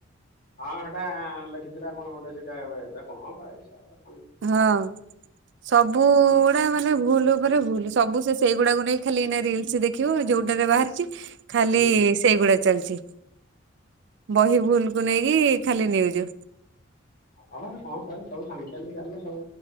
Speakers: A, on the left; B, on the right.
A: ହଁ ହେଟା ଲେଖିଥିଲା କଣ ଗୋଟେ ସେଇଟା ଏବେ କଣ ପାଇବୁ ସ
B: ହଁ ସବୁ ଟା ମାନେ ଭୁଲ ଉପରେ ଭୁଲ ସବୁ ସେ ସେଇ ଗୁଡ଼ାକୁ ନେଇ ଖାଲି ଏଇନା ରିଲସ୍ ଦେଖିବ ଯୋଉଟାରେ ବାହାରିଛି ଖାଲି
A: ହୁଁ
B: ସେଇଗୁଡ଼ା ଚାଲିଛି। ବହି ଭୁଲକୁୁ ନେଇକି ଖାଲି ନ୍ୟୁଜ୍।
A: ହଁ <unintelligible> କଣ ପାଇବୁ ସବୁ ସାଙ୍ଗ ଖ୍ୟାମ ଖାଲି ଚାଲେ।